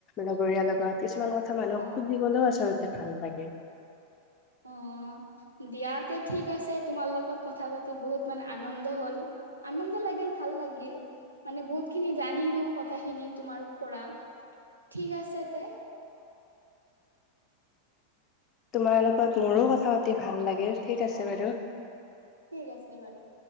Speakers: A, on the left (about 30°); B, on the right (about 80°).
A: লগৰীয়া লগত কিছুমান কথা মানুহক
B: অ
A: সুধিবলো আচলতে ভাল লাগে।
B: অ দিয়াতে ঠিক আছে তোমাৰ লগত কথা পাতি বহুত মান আনন্দ হ'ল। আনন্দ লাগিল ভাল লাগিল। মানে বহুতখিনি জানিলো কথাখিনি তোমাৰ পৰা ঠিক আছে তে।
A: তোমাৰ লগত মোৰো কথা পাতি ভাল লাগিল। ঠিক আছে
B: অ
A: বাৰু।
B: ঠিক আছে বাৰু।